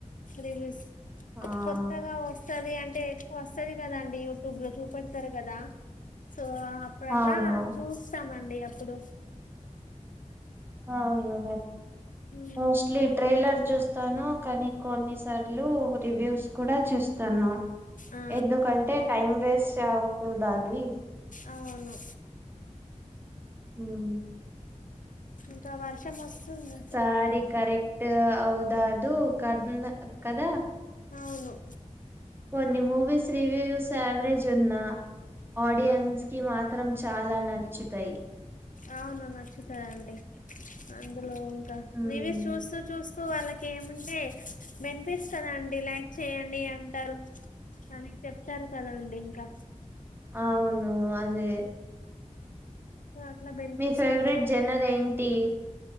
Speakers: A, on the left; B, on the right.
A: రివ్యూస్
B: ఆ
A: కొత్తగా వస్తది అంటే ఎక్కువ వస్తది కదండి యూట్యూబ్ లో చూప వతారు కదా సో అప్పుడు అట్లా
B: అవును
A: చూస్తామండి అప్పుడు
B: అవునా
A: మ్మ్
B: మోస్ట్లీ ట్రైలర్ చూస్తాను కానీ కొన్ని సార్లు రివ్యూస్ కూడా చూస్తాను
A: ఆ
B: ఎందుకంటే టైం వేస్ట్ దాది
A: అవును
B: మ్మ్
A: ఇంకా వర్షం వస్తుంది
B: సార కర <unintelligible> అవుదదు కన్న కద
A: అవును
B: కొన్ని మూవీస్ రివ్యూస్ యావరేజ్ ఉన్నా ఆడియన్స్ ఆడియోన్స్
A: ఆ
B: కి మాత్రం చాలా నచ్చుతాయి
A: అవును నచ్చుతయండి అందులో ఇంకా
B: ఉమ్
A: రివ్యూస్ చూస్తూ చూస్తూ వాళ్ళకి ఏమంటే బెనిఫిట్స్ కదా అండి లైక్ చేయండి అంటారు అని చెప్తారు కదండి ఇంకా
B: అవును అదే
A: అట్లా బెనిఫిట్స్
B: మీ ఫేవరెట్
A: ఉంటాయి
B: జనర్ ఏంటి